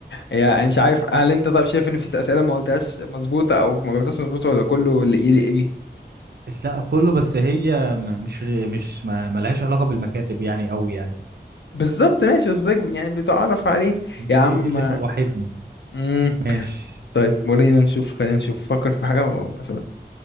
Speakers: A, on the left; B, on the right.
A: يعني مش عارف هل انت طب شايف ان في اسئله ما قلتهاش مظبوطه او ما جاوبتهاش مظبوطه ولا كله اللي يليق بيه
B: لا كله بس هي م- مش مش ما- ملهاش علاقه بالمكاتب يعني قوي يعني
A: بالظبط ماشي بس ده يعني بتعرف عليه يا عم
B: هي دي اللي سوحتني
A: مم.
B: ماشي
A: طيب ولينا نشوف خلينا نشوف فكر في حاجه وأسألك.